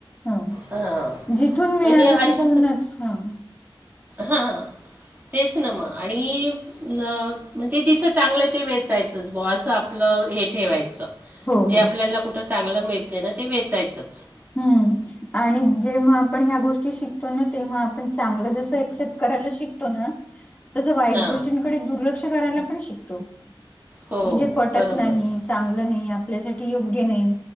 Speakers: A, on the left; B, on the right.
A: हा
B: हां
A: जिथून मिळालं
B: तर हे अशा
A: तिथूनच
B: प
A: हां.
B: हां तेच ना मग आणि न म्हणजे जिथं चांगलं आहे ते वेचायचंच ब असं आपलं हे ठेवायचं.
A: हो हो
B: जे आपल्याला कुठ चांगल मिळतय ना ते वेचायचच
A: हम्म आणि जेंव्हा आपण ह्या गोष्टी शिकतो ना तेंव्हा आपण चांगलं जसं एक्सेप्ट करायला शिकतो ना तसं वाईट
B: हां
A: गोष्टींकडे दुर्लक्ष करायला पण शिकतो.
B: हो
A: की जे पटत
B: बरोबर
A: नाही
B: आहे
A: चांगलं नाही आपल्यासाठी योग्य नाही